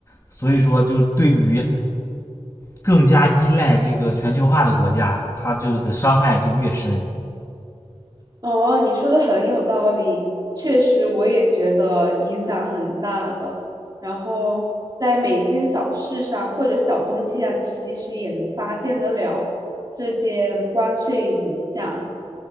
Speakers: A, on the left; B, on the right.
A: 所以说，就对于更加依赖这个全球化的国家，它就的伤害就越深。
B: 哦，你说的很有道理，确实我也觉得影响很大的。然后在每一件小事上或者小东西上，其实也能发现得了这件关税影响。